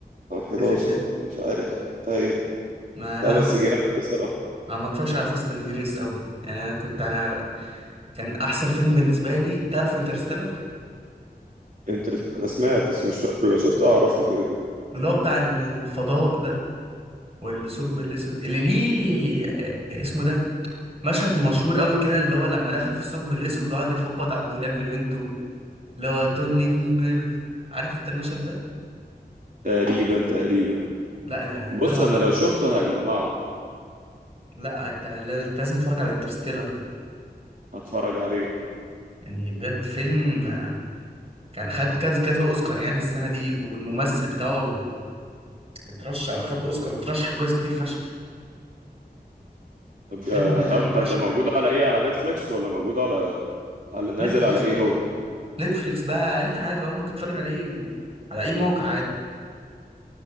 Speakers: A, on the right; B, on the right.
A: او 11
B: حاجة زي كده
A: ولا مش عارف ايوه
B: ما
A: لا
B: لا
A: بس
B: أنا
A: جامد بصراحه
B: أنا ما اتفرجش على فاست أند فيريوس أوي يعني أنا كنت أنا كان أحسن فيلم بالنسبة لي تعرف انترستيلر
A: انترس... انا سمعت بس مش فاكره لو شفته اعرفه كده كده
B: اللي هو بتاع الفضاء ده والثقب الأسود اللي ليه آه، اسمه ده مشهد مشهور أوي كده اللي هو لما دخل في الثقب الأسود وقعد يخبط على الدولاب لبنته اللي هو دونت ليف مي ميرف عارف أنت المشهد ده؟
A: تقريبا تقريبا
B: لا ده
A: بص
B: طلع بره
A: انا لو شفته هجمعه
B: لا انت لا- لازم تتفرج على انترستيلر ده
A: هتفرج عليه
B: يعني بجد فيلم آه، كان خد كذا كذا اوسكار يعني السنه دي والممثل بتاعه اترشح او خد اوسكار وترشح لجوائز كتير فشخ
A: طب
B: فيلم
A: ده هتع-
B: جامد
A: طب
B: فشخ
A: ده موجود
B: يعني
A: على ايه على نتفليكس ولا موجود على على نازل
B: نتفليكس
A: على ايه
B: بقى
A: هو
B: نتفليكس بقى اي حاجه اه ممكن تتفرج عليه على اي موقع عادي